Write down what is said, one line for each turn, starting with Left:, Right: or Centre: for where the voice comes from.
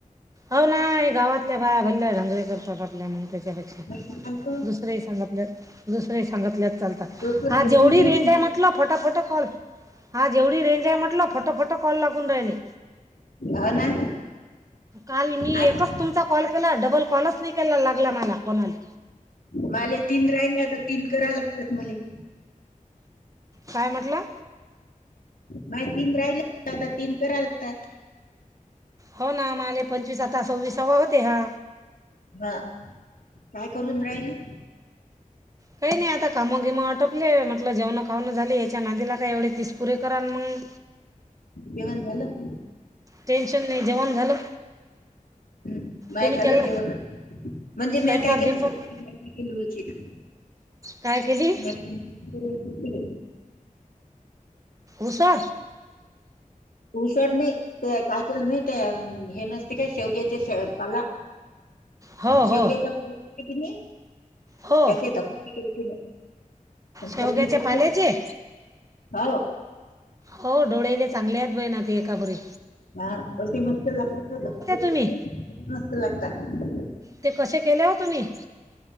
Right: होना गावातल्या बाया भल्ल्या <unintelligible> करतात आपल्या म्हणते. त्यापेक्षा
Left: नाही तर काय कर.
Right: दुसरही सांगतल्यात, दुसरही सांगतल्याच चालता.
Left: लवकर
Right: हा
Left: देतही
Right: जेवढी
Left: नाही.
Right: रेंज आहे, म्हटलं फटाफट कॉल. आज एवढी रेंज आहे म्हटल, फटा फटा कॉल लागून राहिले.
Left: हो ना.
Right: काल मी
Left: आई-
Right: एकच तुमचा कॉल केला. डबल कॉलच नाही केला लागला मला कोणाला.
Left: माले तीन राहिल्या आता, तीन करा लागतात मले.
Right: काय म्हटला.
Left: नाही तीन राहिले, आता तीन कराय लागतात.
Right: होना, माले पंचवीस आता सव्वीस हवा होते हा.
Left: हा, काय करून राहिली.
Right: काही नाही आता कामगिम आटपले, म्हटलं जेवण खाऊणं झालेय. च्या नांदीला काय एवढे तीस पुुरे करान मग.
Left: जेवन झालं.
Right: टेन्शन नाही, जेवण झालं.
Left: नाय
Right: तुम्ही
Left: झालं
Right: केला
Left: जेवण म्हणजे, मी
Right: स्वयंपाक
Left: काय
Right: गिंपाक
Left: केलं <unintelligible> होतील.
Right: काय केली.
Left: <unintelligible>
Right: उसा
Left: उशारनी ते काय केलं माहिती आहे अम हे नसते काय शेवग्याचेे शेव पाला
Right: हो हो
Left: शेवग्याच्या <unintelligible> केली
Right: हो
Left: त्याचे धक <unintelligible> ती केल तिन
Right: शेवग्याच्या
Left: चटनी <unintelligible>
Right: पाल्याचे
Left: हौव.
Right: हो डोळेले चांगलेत बई ना ते एकापरी.
Left: म असं मस्त लागतात
Right: तुम्ही
Left: <inaudible> मस्त लागतात.
Right: ते कशे केले हो तुम्ही?